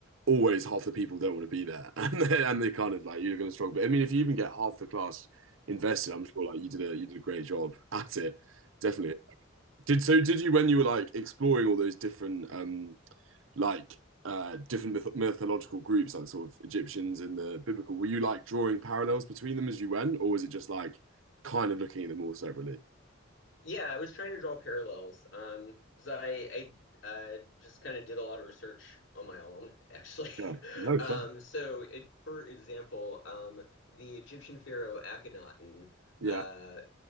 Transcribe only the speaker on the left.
Yeah, I was trying to draw parallels. Um, 'cause I I uh just kind of did a lot of research on my own, actually. <laughs>
Um,
so it, for example, um, the Egyptian pharaoh Akhenaten,
uh,